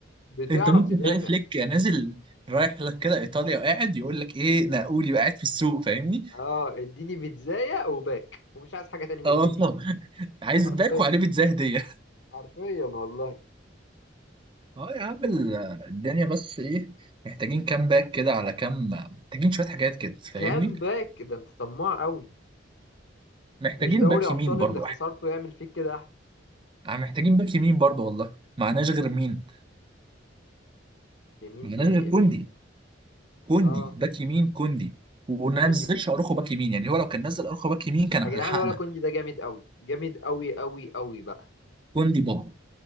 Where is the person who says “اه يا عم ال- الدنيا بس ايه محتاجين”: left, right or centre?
Right